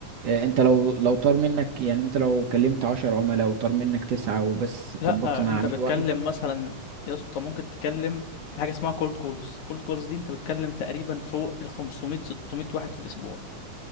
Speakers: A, on the right; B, on the left.
A: آه، انت لو لو طار منك يعني انت لو كلمت 10 عملاء وطار منك تسعة وبس
B: لأ
A: ظبطت مع
B: أنت
A: عميل
B: بتكلم
A: واحد
B: مثلا يا اسطى ممكن تكلم في حاجة اسمها كولد كولز كولد كولز دي أنت بتكلم تقريبا فوق ال 500 600 واحد في الأسبوع